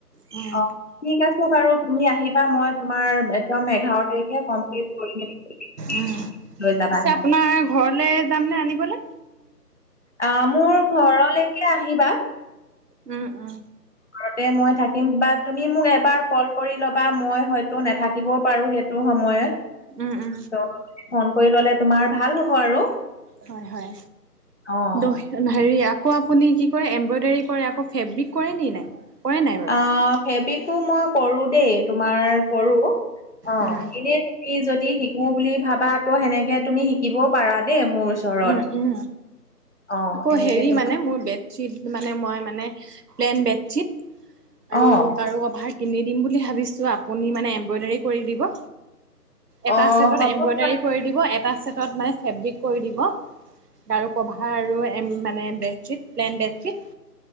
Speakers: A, on the right; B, on the left.
A: অঁ।
B: অঁ, ঠিক আছে বাৰু তুমি আহিবা। মই তোমাৰ একদম এঘাৰ তাৰিখে কমপ্লিট কৰি -মেলি
A: উম।
B: লৈ যাবাহি?
A: পিছে আপোনাৰ ঘৰলে যাম নে আনিবলে?
B: আঁ মোৰ ঘৰলৈকে আহিবা।
A: উম উম।
B: ঘৰতে মই থাকিম বা তুমি মোক এবাৰ কল কৰি ল'বা, মই হয়তো নাথাকিবও পাৰো সেই টো সময়ত।
A: উম, ওঁ।
B: ত 'ফোন কৰি ল'লে তোমাৰ ভাল হ'ব আৰু।
A: হয় হয়।
B: অ'।
A: দহি হেৰি আকৌ আপুনি কি কৰে? এম্ব্ৰইডাৰী কৰে আকৌ ফেব্ৰিক কৰে নি নাই? কৰে নাই বাৰু?
B: আঁ ফেব্ৰিকো মই কৰো দেই। তোমাৰ কৰো অঁ,
A: উম,
B: এনেই তুমি যদি শিকো বুলি ভাবা ত' সেনেকে তুমি শিক্ শিকিবও পাৰা দেই মোৰ ওচৰত।
A: উম, উম।
B: অ
A: আকৌ
B: এনেকে
A: হেৰি
B: তোমাৰ
A: মানে মোৰ বেত শ্বীট মানে, মই মানে প্লেন বেডশ্বীট আৰু
B: অ
A: গাৰু কভাৰ কিনি দিম বুলি ভাবিছোঁ। আপুনি মানে এম্ব্ৰইডাৰী কৰি দিব। এটা
B: অ
A: চেটত
B: হ'ব
A: এম্ব্ৰইডাৰী
B: বাৰু
A: কৰি দিব, এটা চেটত মানে ফেব্ৰিক কৰি দিব গাৰু ক' আৰু এ মানে বেডশ্বীট প্লেইন বেডশ্বীট।